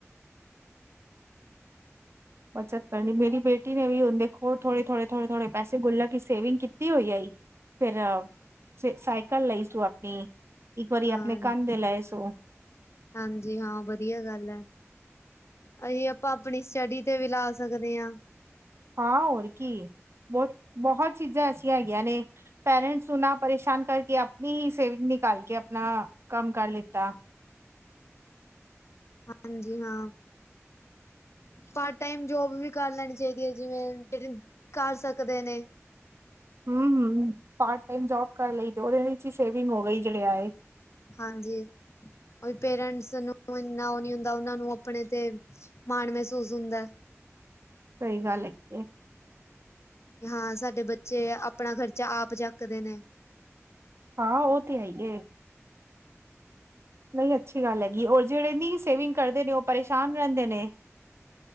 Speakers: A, on the right (about 60°); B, on the left (about 65°).
A: ਬੱਚਤ ਕਰਨੀ ਮੇਰੀ ਬੇਟੀ ਨੇ ਵੀ ਹੁਨ ਦੇਖੋ ਥੋੜੇ ਥੋੜੇ ਥੋੜੇ ਥੋੜੇ ਪੈਸੇ ਗੁੱਲਕ ਚ ਈ ਸੇਵਿੰਗ ਕੀਤੀ ਹੋਈ ਆਈ। ਫਿਰ ਸੀ ਸਾਈਕਲ ਲਈ ਸੂ ਅਪਨੀ ਇੱਕ ਵਾਰੀ
B: ਹਾਂ।
A: ਅਪਨੇ ਕੰਨ ਦੇ ਲਏ ਸੂ।
B: ਹਾਂਜੀ ਹਾਂ ਵਧੀਆ ਗੱਲ ਐ। ਆਹੀਂ ਆਪਾਂ ਅਪਣੀ ਸਟੱਡੀ ਤੇ ਵੀ ਲਾ ਸਕਦੇ ਆ।
A: ਹਾਂ ਹੋਰ ਕੀ ਬੋਤ ਬਹੋਤ ਚੀਜ਼ਾਂ ਐਸੀਆਂ ਹੈਗੀਆਂ ਨੇ ਪੈਰੈਂਟਸ ਤੁ ਨਾ ਪਰੇਸ਼ਾਨ ਕਰਕੇ ਅਪਣੀ ਹੀ ਸੇਵਿੰਗ ਨਿਕਾਲ ਕੇ ਅਪਨਾ ਕੰਮ ਕਰ ਲਿਤਾ।
B: ਹਾਂਜੀ ਹਾਂ। ਪਾਰਟ ਟਾਈਮ ਜੋਬ ਵੀ ਕਰ ਲੈਣੀ ਚਾਹੀਦੀ ਏ ਜਿਵੇਂ ਜੇਹੜੇ ਕਰ ਸਕਦੇ ਨੇ।
A: ਹੁ-ਹੁ ਪਾਰਟ ਟਾਈਮ ਜੋਬ ਕਰ ਲਈ ਤੇ ਉਹਦੇ ਵਿੱਚ ਹੀ ਸੇਵਿੰਗ ਹੋ ਗਈ ਜਿਹੜੇ ਆਏ।
B: ਹਾਂਜੀ। ਉਹੀ ਪੇਰੈਂਟਸ ਨੂੰ ਇੰਨਾ ਉਹ ਨੀ ਹੁੰਦਾ ਉਹਨਾ ਨੂੰ ਆਪਣੇ ਤੇ ਮਾਣ ਮਹਿਸੂਸ ਹੁੰਦਾ।
A: ਸਹੀ ਗੱਲ ਹੈਗੀ ਏ।
B: ਕੀ ਹਾਂ, ਸਾਡੇ ਬੱਚੇ ਆਪਣਾ ਖਰਚਾ ਆਪ ਚੱਕਦੇ ਨੇ।
A: ਹਾਂ ਉਹ ਤੇ ਹੈ ਈ ਏ। ਨਹੀਂ ਅੱਛੀ ਗੱਲ ਹੈਗੀ ਏ ਉਹ ਜਿਹੜੇ ਨੀ ਸੇਵਿੰਗ ਕਰਦੇ ਨੇ ਉਹ ਪਰੇਸ਼ਾਨ ਰਹਿੰਦੇ ਨੇ।